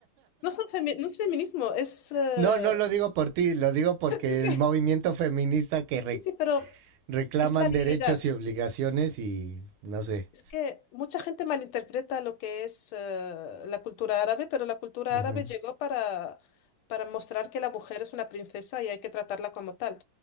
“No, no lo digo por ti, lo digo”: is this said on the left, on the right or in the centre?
Right